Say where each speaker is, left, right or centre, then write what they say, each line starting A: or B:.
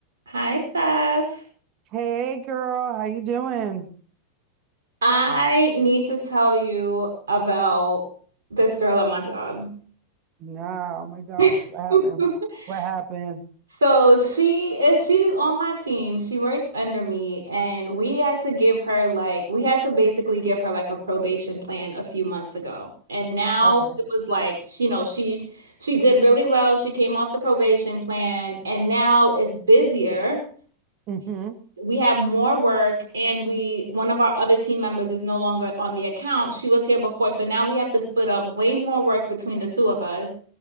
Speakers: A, on the right (about 65°); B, on the right (about 35°).
A: Hi, Steph.
B: Hey girl, how you doing?
A: I need to tell you about this girl at my job.
B: No, oh my gosh,
A: <laughs>
B: what happened? What happened?
A: So she is she's on my team. She works under me, and we had to give her like we had to basically give her like a probation plan a few months ago. And now
B: Okay.
A: it was like, you know, she she did really well. She came off the probation plan, and now it's busier.
B: Mm-hmm.
A: we have more work and we one of our other team members is no longer on the account. She was here before, so now we have to split up way more work between the two of us.